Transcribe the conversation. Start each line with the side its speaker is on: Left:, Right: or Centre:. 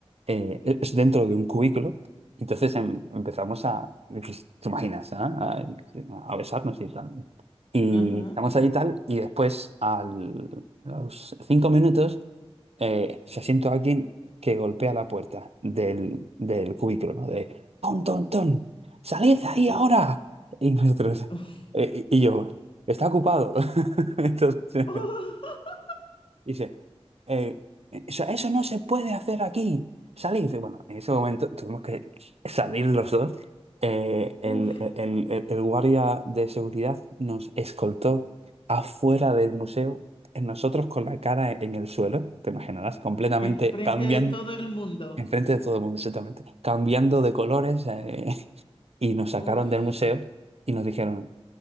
Right: eh, es dentro de un cubículo, entonces em- empezamos a, pues, ¿te imaginas? ah? A, a besarnos y tal. Y
Left: Ajá.
Right: estamos ahí y tal, y después, al, a los cinco minutos, eh, se siente alguien que golpea la puerta del, del cubículo, ¿no? De, ¡Ton, ton, ton! ¡Salid de ahí
Left: Uh,
Right: ahora! Y nosotros...
Left: uf,
Right: Eh, Y, y yo, está ocupado. <laughs> Entonces,
Left: <laughs>
Right: dice, eh, eso, eso no se puede hacer aquí, salid. Y Bueno, en ese momento tuvimos que salir los dos. Eh,
Left: uf,
Right: el, el- el- el guardia de seguridad nos escoltó afuera del museo, eh, nosotros con la cara en el suelo, te imaginarás, completamente
Left: enfrente
Right: cambian.
Left: de todo el mundo.
Right: Enfrente de todo el mundo, exactamente. Cambiando de colores, eh, <laughs> y nos sacaron
Left: Uf.
Right: del museo y nos dijeron,